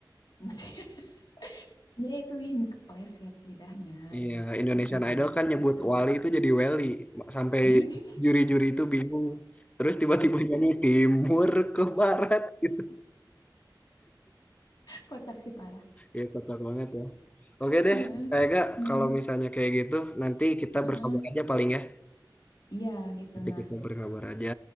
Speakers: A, on the left; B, on the left.
A: <laughs> Dia itu ini kepleset lidahnya.
B: Iya, Indonesian
A: Mm-mm,
B: Idol kan nyebut
A: gitu.
B: Wali itu jadi Welly. Ma- Sampai
A: <laughs>
B: juri-juri itu bingung. Terus tiba-tiba nyanyi timur ke barat <laughs> gitu.
A: Kocak sih parah.
B: Ya kocak banget ya. Oke deh,
A: Heeh.
B: kayak gak
A: Mm-mm.
B: kalau misalnya kayak gitu nanti kita
A: Heeh.
B: berkabar aja paling ya.
A: Iya gitu
B: Nanti
A: nah.
B: kita berkabar aja.